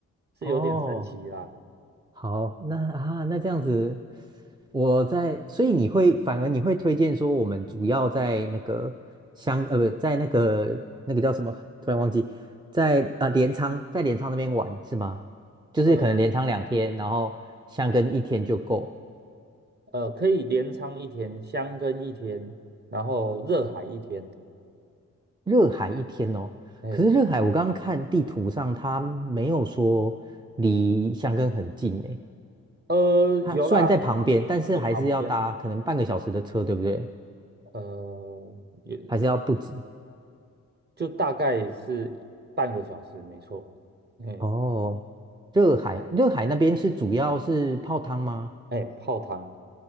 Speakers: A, on the right; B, on the right.
A: 是有点神奇啦。
B: 哦，好，那啊，那这样子，我在，所以你会反而你会推荐说，我们主要在那个香，呃，不，在那个那个叫什么？突然忘记，在啊镰仓，在镰仓那边玩是吗？就是可能镰仓两天，
A: 呃
B: 然后箱根一天就够，
A: 呃，可以镰仓一天，箱根一天，然后热海一天，
B: 热海一天哦。
A: 哎，
B: 可是热海，我刚刚看地图上，它没有说离箱根很近诶，
A: 呃，
B: 它虽然在旁边，
A: 有啦，
B: 但是还是要搭可能半个小时的车，
A: 就旁边。
B: 对不对？
A: 呃，也
B: 还是要不止。
A: 就大概是半个小时，没错。哎
B: 哦，热海，热海那边是主要是泡汤吗？
A: 哎，泡汤，